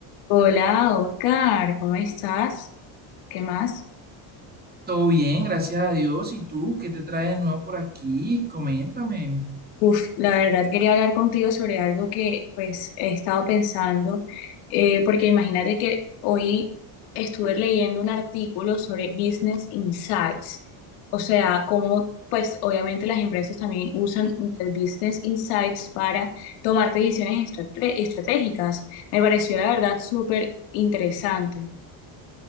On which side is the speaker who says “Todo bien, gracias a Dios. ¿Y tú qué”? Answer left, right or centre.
Right